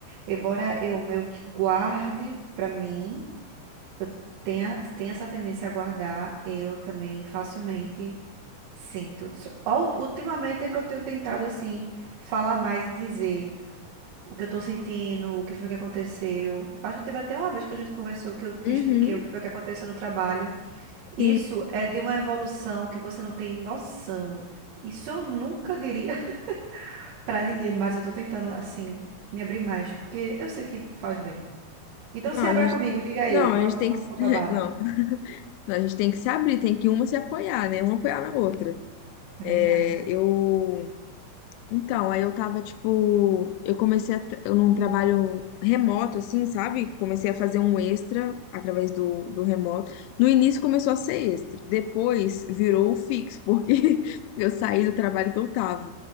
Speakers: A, on the right; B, on the left.
A: embora eu meio que guarde pra mim, eu tenha, tenha essa tendência a guardar, eu também facilmente sinto. Só- ó, Ultimamente é que eu tenho tentado, assim, falar mais e dizer. o que eu tô sentindo, o que foi que aconteceu. Acho que teve até uma vez que a gente conversou que eu te
B: Uhum,
A: expliquei o que foi que aconteceu no trabalho.
B: sim.
A: Isso é de uma evolução que você não tem noção. Isso eu nunca diria <laughs> pra ninguém, mas eu tô tentando, assim, me abrir mais, porque eu sei que faz bem. Então
B: Não,
A: se
B: a
A: abra
B: gente.
A: comigo, diga aí,
B: Não,
A: qual,
B: a gente tem
A: qual
B: que.
A: foi
B: <laughs>
A: o babado?
B: Não. A gente tem que se abrir, tem que uma se apoiar, né? Uma apoiar na outra.
A: É
B: É,
A: verdade.
B: eu. Então, aí eu tava, tipo. Eu comecei a. tra- Eu num trabalho remoto, assim, sabe? Comecei a fazer um extra através do, do remoto. No início começou a ser extra, depois virou o fixo, porque <laughs> eu saí do trabalho que eu tava.